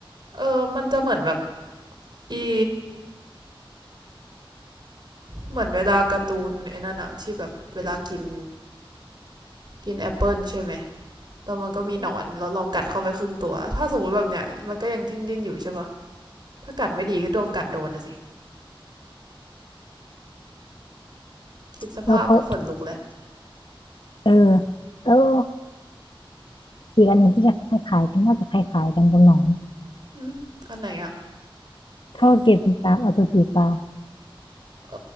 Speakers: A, on the right; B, on the left.
A: เออมันจะเหมือนแบบอีเหมือนเวลาการ์ตูนไอ้นั่นอะที่แบบเวลากินกินแอปเปิลใช่ไหมแล้วมันก็มีหนอนแล้วเรากัดเข้าไปครึ่งตัวถ้าสมมติแบบเนี้ยมันก็ยังดิ้นดิ้นอยู่ใช่ปะถ้ากัดไม่ดีก็โดนกัดโดนนะสิคิดสภาพก็ขนลุกแล้ว
B: ๆแล้วเขาเออแล้วอีกอันหนึ่งที่จะคล้ายๆกันน่าจะคล้ายๆกันกับหนอน
A: อืมอันไหนอะ
B: ข้าวเกรียบน้ำอสุจิปลา
A: เอ